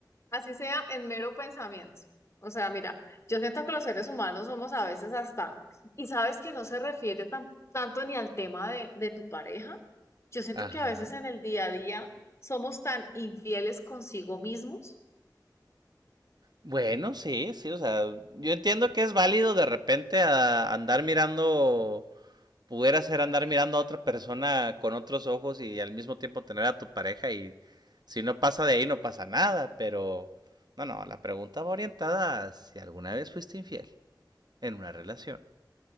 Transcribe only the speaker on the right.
Ajá.
Bueno, sí, sí, o sea, yo entiendo que es válido de repente a- andar mirando, pudiera ser andar mirando a otra persona con otros ojos y al mismo tiempo tener a tu pareja y si no pasa de ahí no pasa nada, pero no, no, la pregunta va orientada a si alguna vez fuiste infiel en una relación.